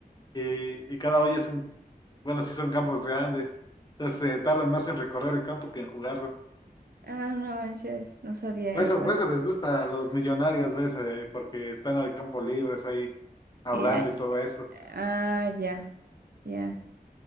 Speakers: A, on the left; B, on the right.
A: y, y cada hoyo es un, bueno, sí son campos grandes, entonces se tardan más en recorrer el campo que en jugarlo.
B: Ah, no manches, no sabía
A: Por eso,
B: eso.
A: por eso les gusta a los millonarios, ¿ves? Eh, porque están al campo libres ahí hablando
B: Y- y-
A: y todo eso.
B: ah, ya, ya.